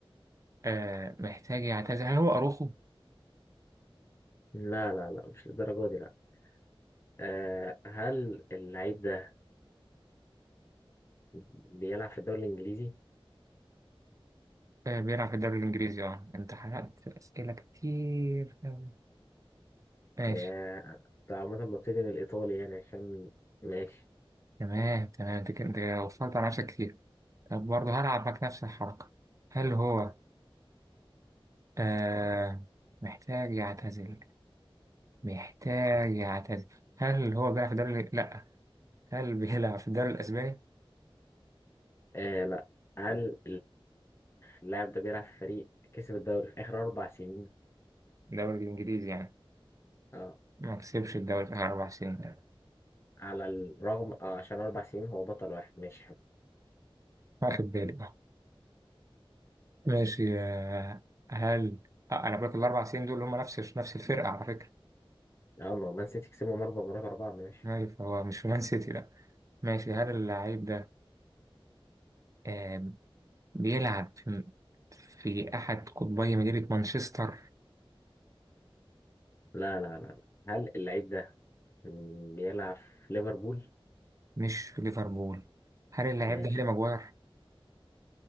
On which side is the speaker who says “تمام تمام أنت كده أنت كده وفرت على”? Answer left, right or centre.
Right